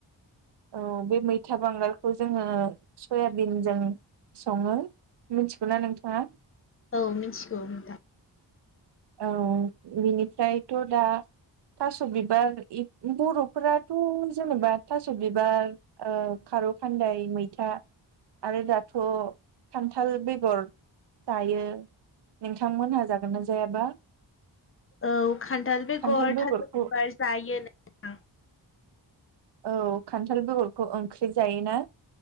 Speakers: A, on the right; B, on the left.
A: औ बे मैथा बांगालखौ जोङो सयाबिनजों सङो। मिथिगौ ना नोंथाङा?
B: औ मिथिगौ नोंथां।
A: औ बिनिफ्रायथ' दा थास' बिबार बर'फोराथ' जेनेबा थास' बिबार ओ खारौ खान्दाय मैथा आरो दाथ' खान्थाल बेगर जायो। नोंथांमोनहा जागोन ना जायाबा?
B: औ खान्थाल बेगर
A: खान्थाल बेगरखौ
B: थास' बिबार जायो नोंथां।
A: औ खान्थाल बेगरखौ ओंख्रि जायोना।